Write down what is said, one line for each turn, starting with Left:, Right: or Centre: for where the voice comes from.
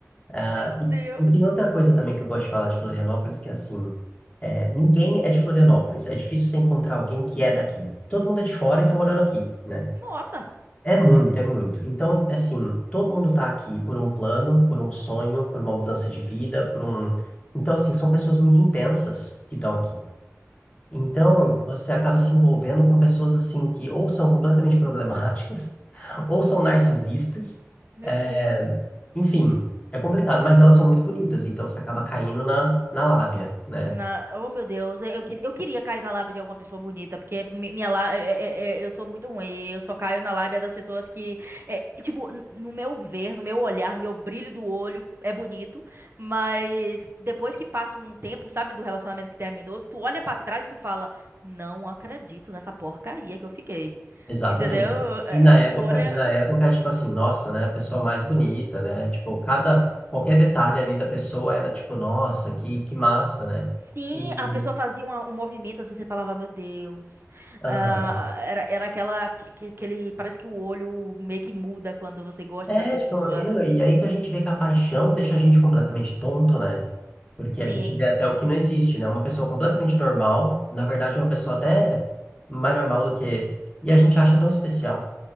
Left: Ah,
Right: Meu Deus,
Left: e, e tem outra coisa também que eu gosto de falar de Florianópolis, que é assim, é, ninguém é de Florianópolis. É difícil você encontrar alguém que é daqui. Todo mundo é de fora e tá morando aqui, né?
Right: nossa,
Left: É muito, é muito. Então, é assim, todo mundo está aqui por um plano, por um sonho, por uma mudança de vida, por um. Então, assim, são pessoas muito intensas que estão aqui. Então,
Right: Hum.
Left: você acaba se envolvendo com pessoas, assim, que ou são completamente problemáticas, <laughs> ou são narcisistas.
Right: meu
Left: é,
Right: Deus.
Left: Enfim, é complicado, mas elas são muito bonitas, então você acaba caindo na, na lábia, né?
Right: Na... Oh, meu Deus, eu, eu que- eu queria cair na lábia de alguma pessoa bonita, porque mi- minha lá... é- é- é- eu sou muito ruim, eu só caio na lábia das pessoas que, é, tipo, n- no meu ver, no meu olhar, no meu brilho do olho, é bonito, mas depois que passa um tempo, sabe, do relacionamento que terminou, tu olha pra trás e tu fala, não acredito nessa porcaria que eu fiquei,
Left: Exatamente.
Right: entendeu? É,
Left: E na época,
Right: é, tu olha...
Left: e na época, tipo assim, nossa, né, a pessoa mais bonita, né? Tipo, cada qualquer detalhe ali da pessoa era tipo, nossa, que que massa, né?
Right: Sim,
Left: E
Right: a pessoa fazia uma- um movimento assim, você falava, meu Deus.
Left: aham.
Right: Ah, era, era aquela que, que, que ele- parece que o olho meio que muda quando você gosta
Left: É,
Right: da pessoa.
Left: tipo, e, não, e aí que a gente vê que a paixão deixa a gente completamente tonto, né? Porque
Right: Sim.
Left: a gente vê até o que não existe, né? Uma pessoa completamente normal, na verdade, uma pessoa até mais normal do que e a gente acha tão especial.